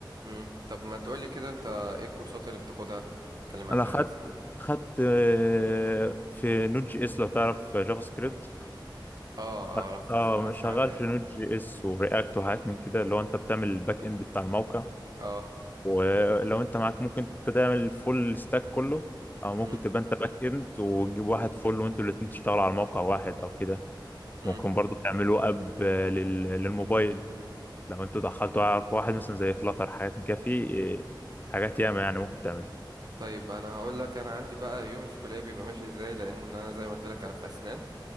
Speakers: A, on the right (about 55°); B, on the left (about 20°).
A: مم. طب ما تقولي كده انت ايه الكورسات اللي بتاخدها بتتكلم عن
B: انا
A: ايه
B: خدت
A: مثلا
B: خدت آه، في نوت جي اس لو تعرف جافا سكريبت
A: اه
B: خ-
A: اعرف
B: اه
A: اسمع, اسمع
B: شغال
A: عنها يعني
B: في نود جي اس ورياكت وحاجات من كده اللي هو انت بتعمل الباك اند بتاع الموقع
A: اه
B: ولو انت معاك ممكن انت تعمل فول ستاك كله او ممكن
A: مم.
B: تبقى انت باك اند وتجيب واحد فول وانتوا الاتنين تشتغلوا على موقع واحد او كده
A: مم.
B: ممكن برضو تعملوا اب آه، لل- للموبايل لو انتوا دخلتوا على واحد مثلا زي فلاتر حاجات من كده في آه، حاجات ياما يعني ممكن تعمل
A: طيب انا هقول لك انا عندي بقى يومي في الكليه بيبقى ماشي ازاي لان انا زي ما قلت لك انا في اسنان